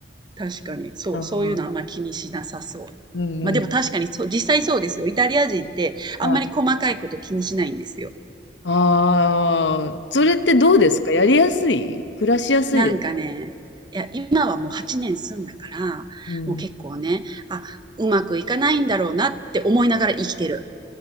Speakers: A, on the right; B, on the left.
A: 確かに、そう、
B: あー
A: そういうのあんま気にしなさそう。
B: うんうん。
A: まあでも確かにそう、実際そうですよ。イタリア人ってあんまり細かいこと気にしないんですよ。
B: はい。ああ、それってどうですかやりやすい暮らしやすいです。
A: なんかね、いや、今はもう8年住んだから、
B: うん。
A: もう結構ね、あ、うまくいかないんだろうなって思いながら生きてる。